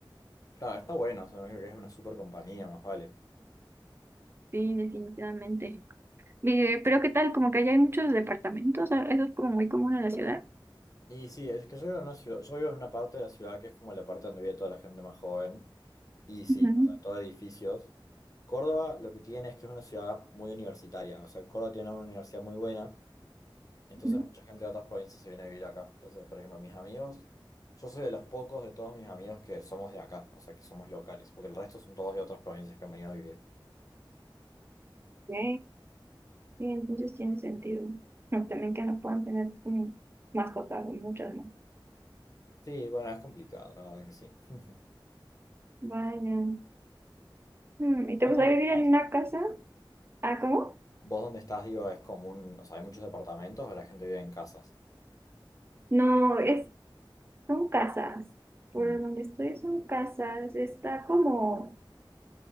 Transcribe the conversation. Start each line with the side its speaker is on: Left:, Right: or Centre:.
Left: Claro, está bueno, o sea, me imagino que es una super compañía, más vale.
Right: Sí, definitivamente. Eh, pero ¿qué tal? Como que allá hay muchos departamentos, ah, eso es como muy común en la ciudad.
Left: Y sí, es que yo vivo en una ciudad, yo vivo en una parte de la ciudad que es como la parte donde vive toda la gente más joven. Y sí,
Right: Ujú,
Left: o sea, es todo edificios. Córdoba lo que tiene es que es una ciudad muy universitaria, o sea, Córdoba tiene una universidad muy buena. Entonces
Right: ujú.
Left: mucha gente de otras provincias se viene a vivir acá. Entonces, por ejemplo, mis amigos, yo soy de los pocos de todos mis amigos que somos de acá, o sea, que somos locales, porque el resto son todos de otras provincias que han venido a vivir.
Right: Ok. Sí, entonces tiene sentido. Pero también que no puedan tener como mascotas o muchas, ¿no?
Left: Sí, bueno, es complicado, la verdad que sí. <laughs>
Right: Vaya. hmm
Left: ¿Y
Right: ¿Y
Left: vos
Right: te gustaría
Left: dónde estás?
Right: vivir en una casa? Ah, ¿cómo?
Left: Vos dónde estás, digo, es común, o sea, hay muchos departamentos, o la gente vive en casas.
Right: No, es, son casas. Por
Left: Mm.
Right: donde estoy son casas. Está como,